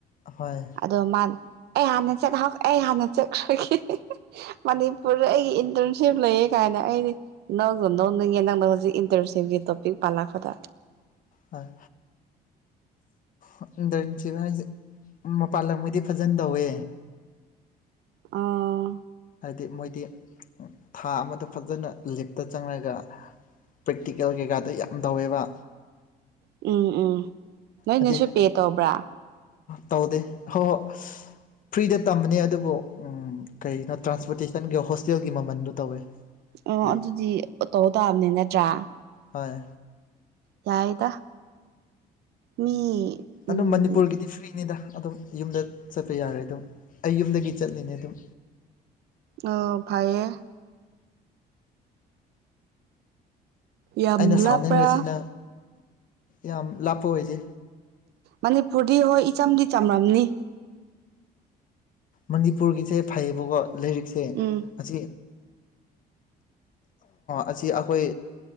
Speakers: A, on the left; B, on the right.
A: ꯍꯣꯏ
B: ꯑꯗꯣ ꯃꯥꯅ ꯑꯩ ꯍꯥꯟꯅ ꯆꯠꯍꯥꯎ ꯑꯩ ꯍꯥꯟꯅ ꯆꯠꯈ꯭ꯔꯒꯦ ꯃꯅꯤꯄꯨꯔꯗ ꯑꯩꯒꯤ ꯏꯟꯇꯔꯟꯁꯤꯞ ꯂꯩꯌꯦ ꯀꯥꯏꯅ ꯑꯩꯗꯤ ꯅꯪ ꯅꯧꯅꯤꯡꯉꯦ ꯅꯪꯅ ꯍꯧꯖꯤꯛ ꯏꯟꯇꯔꯁꯤꯞꯀꯤ ꯇꯣꯄꯤꯛ ꯄꯥꯜꯂꯛꯄꯗ
A: ꯍꯣꯏ ꯑ ꯏꯟ ꯗꯔꯟꯁꯤꯞ ꯍꯥꯏꯁꯦ ꯃꯄꯥꯟꯂꯝꯒꯩꯗꯤ ꯐꯖꯅ ꯇꯧꯋꯦ
B: ꯑꯥ
A: ꯍꯥꯏꯗꯤ ꯃꯣꯏꯗꯤ ꯊꯥ ꯑꯃꯗꯣ ꯐꯖꯅ ꯂꯤꯞꯇ ꯆꯪꯉꯒ ꯄ꯭ꯔꯦꯛꯇꯤꯀꯦꯜ ꯀꯩꯀꯥꯗ ꯌꯥꯝ ꯇꯧꯋꯦꯕ
B: ꯎꯝ ꯎꯝ ꯅꯣꯏ
A: ꯍꯥꯏꯗꯤ
B: ꯅꯁꯨ ꯄꯦ ꯇꯧꯕ꯭ꯔꯥ
A: ꯇꯧꯗꯦ ꯍꯣꯏ ꯍꯣꯏ ꯐ꯭ꯔꯤꯗ ꯇꯝꯃꯅꯦ ꯑꯗꯨꯕꯨ ꯀꯩꯅꯣ ꯇ꯭ꯔꯥꯟꯁꯄꯣꯔꯇꯦꯁꯟꯒꯤ ꯍꯣꯁꯇꯦꯜꯒꯤ ꯃꯃꯟꯗꯣ ꯇꯧꯋꯦ
B: ꯑꯣ
A: ꯄꯤ
B: ꯑꯗꯨꯗꯤ ꯇꯧ ꯇꯥꯕꯅꯤ ꯅꯠꯇ꯭ꯔꯥ
A: ꯍꯣꯏ
B: ꯌꯥꯏꯗ ꯃꯤ ꯎꯝ
A: ꯑꯗꯨꯝ ꯃꯅꯤꯄꯨꯔꯒꯤꯗꯤ ꯐ꯭ꯔꯤꯅꯤꯗ ꯑꯗꯨꯝ ꯌꯨꯝꯗ ꯆꯠꯄ ꯌꯥꯔꯦ ꯑꯗꯨꯝ ꯑꯩ ꯌꯨꯝꯗꯒꯤ ꯆꯠꯂꯤꯅꯦ ꯑꯗꯨꯝ
B: ꯎ ꯐꯌꯦ ꯌꯥꯝ
A: ꯑꯩꯅ ꯁꯥꯎꯅꯤꯡꯁꯤꯅ
B: ꯂꯥꯞꯄ꯭ꯔꯥ
A: ꯌꯥꯝ ꯂꯥꯞꯄ ꯑꯣꯏꯗꯦ
B: ꯃꯅꯤꯄꯨꯔꯗꯤ ꯍꯣꯏ ꯏꯆꯝꯗꯤ ꯆꯝꯔꯝꯅꯤ
A: ꯃꯅꯤꯄꯨꯔꯒꯤꯁꯦ ꯐꯩꯌꯦꯕꯀꯣ ꯂꯥꯏꯔꯤꯛꯁꯦ
B: ꯎꯝ
A: ꯑꯁꯤ ꯑꯁꯤ ꯑꯩꯈꯣꯏ